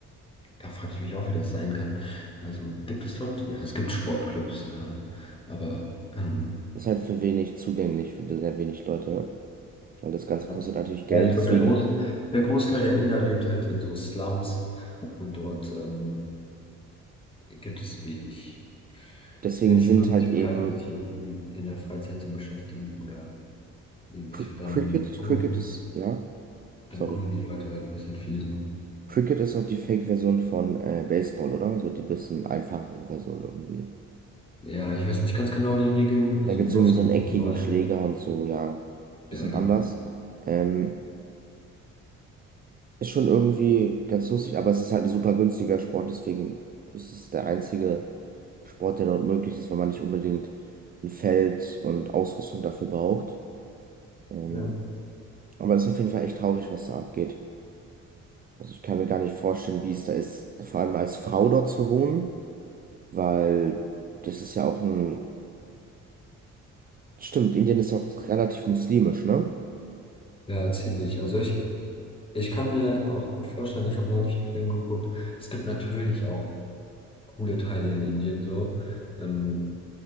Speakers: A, on the left; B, on the right.
A: da frage ich mich auch, wie das sein kann. Also gibt es dort, ja, es gibt Sportclubs, ja, aber ähm,
B: Ist halt für wenig zugänglich, für sehr wenig Leute, weil das Ganze
A: ja,
B: kostet natürlich
A: Ja,
B: Geld.
A: ich
B: Deswegen,
A: glaube, der Groß, der Großteil der Inder lebt halt in so Slums und dort ähm, gibt es wenig,
B: deswegen
A: wenig
B: sind
A: Möglichkeiten,
B: halt eben
A: sich irgendwie in der Freizeit zu beschäftigen oder ähnlich.
B: Cr-
A: Und dann
B: Cricket,
A: gunen,
B: Cricket ist, ja,
A: dann
B: sorry.
A: gunen die Leute halt ein bisschen viel so.
B: Cricket ist auch die Fake-Version von äh, Baseball, oder? So die bisschen einfachere Version irgendwie.
A: Ja, ich weiß nicht ganz genau die Regeln. Also
B: Da gibt
A: du
B: es
A: wirfst
B: irgendwie so
A: mit
B: einen eckigen
A: dem Ball.
B: Schläger und so, ja, bisschen
A: Ja, genau.
B: anders. Ähm, Ist schon irgendwie ganz lustig, aber es ist halt ein super günstiger Sport, deswegen ist es der einzige Sport, der dort möglich ist, weil man nicht unbedingt ein Feld und Ausrüstung dafür braucht. Ähm,
A: Ja.
B: aber es ist auf jeden Fall echt traurig, was da abgeht. Also ich kann mir gar nicht vorstellen, wie es da ist, vor allem als Frau dort zu wohnen, weil das ist ja auch ein... Stimmt, Indien ist auch relativ muslimisch, ne?
A: Ja, ziemlich. Also ich, ich kann mir auch gut vorstellen, ich habe neulich einen Film geguckt. Es gibt natürlich auch coole Teile in Indien so. Ähm,